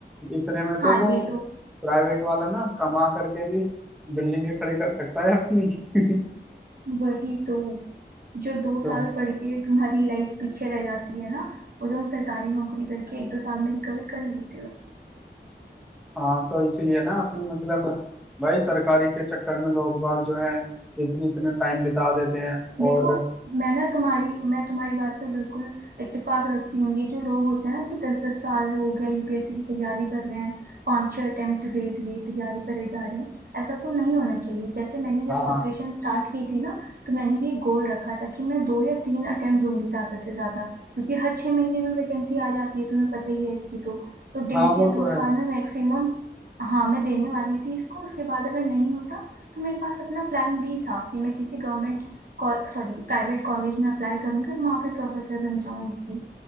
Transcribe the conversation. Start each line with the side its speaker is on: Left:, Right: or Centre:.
Centre: इतने में तो
Right: हाँ
Centre: वो
Right: ये तो
Centre: प्राइवेट वाला ना कमा करके भी बिल्डिंगें खड़ी कर सकता है अपनी <laughs>
Right: वही तो जो दो
Centre: तो
Right: साल पढ़ के तुम्हारी लाइफ पीछे रह जाती है ना वो तुम सरकारी नौकरी करके एक दो साल में रिकवर कर लेते
Centre: हाँ तो इसलिए ना अपनी मतलब भाई सरकारी के चक्कर में लोग बाग जो है इतने इतने टाइम बिता देते हैं
Right: देखो
Centre: और
Right: मैं ना तुम्हारी मैं तुम्हारी बात से बिल्कुल इत्तेफाक रखती हूँ ये जो लोग होते हैं ना कि दस दस साल हो गया यूपीएससी की तैयारी कर रहे हैं पांच छह अटेम्प्ट दे दिए तैयारी करे जा रहे हैं ऐसा तो नहीं होना चाहिए जैसे मैंने जब
Centre: हाँ
Right: प्रिपरेशन स्टार्ट की थी ना तो मैंने भी एक गोल रखा था कि मैं दो या तीन अटेम्प्ट दूंगी ज्यादा से ज्यादा क्योंकि हर छह महीने में वैकेंसी आ जाती है तुम्हें पता ही है इसकी तो तो
Centre: हाँ
Right: डेढ़
Centre: वो
Right: या
Centre: तो
Right: दो
Centre: है
Right: साल में मैक्सिमम हाँ मैं देने वाली थी इसको उसके बाद अगर नहीं होता तो मेरे पास अपना प्लान बी था कि मैं किसी गवर्नमेंट सॉरी प्राइवेट कॉलेज में अप्लाई करूंगी और वहां पे प्रोफेसर बन जाऊंगी